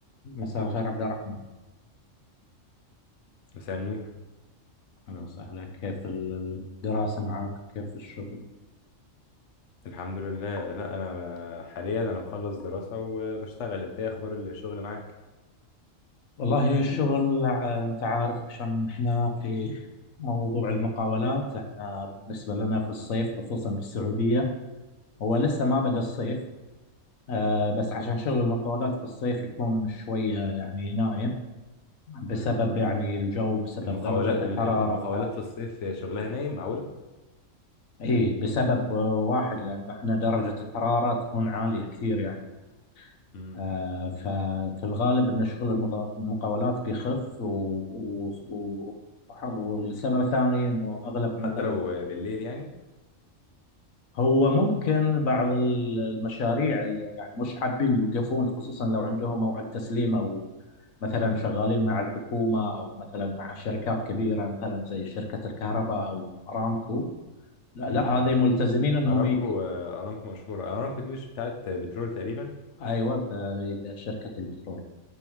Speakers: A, on the left; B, on the left.
A: مساء الخير عبد الرحمن
B: مساء النور
A: أهلا وسهلا كيف الدراسة معك كيف الشغل
B: الحمد لله لا انا ب- حاليا انا مخلص دراسة وبشتغل انت ايه اخبار الشغل معاك
A: والله الشغل ع- أنت عارف عشان إحنا في موضوع المقاولات إحنا بالنسبة لنا في الصيف خصوصا بالسعودية هو لسه ما بدأ الصيف آه، بس عشان شغل المقاولات في الصيف يكون شوية يعني نايم بسبب
B: مم.
A: يعني الجو بسبب
B: المخاولات
A: درجة الحرارة
B: ال- ال- المخاولات
A: العالية
B: في الصيف شغلها نايم معقولة
A: إيه بسبب واحد لأن إحنا درجة الحرارة تكون عالية كثير يعني
B: مم.
A: آه، ففي الغالب ان شغل المغا- المقاولات بيخف و... و... و... والسبب الثاني انه اغلب مثلا
B: حتى لو بالليل يعني
A: هو ممكن بعض ال- المشاريع اللي يعني مش حابين يوقفون خصوصا لو عندهم موعد تسليم او مثلا شغالين مع الحكومه او مثلا مع شركات كبيره مثلا زي شركه الكهرباء او ارامكو لا
B: مم.
A: لا هذه ملتزمين انهم
B: ارامكو
A: يك...
B: ارامكو مشهورة ارامكو دي مش بتاعت بترول تقريبا
A: ايوه ب- شركه البترول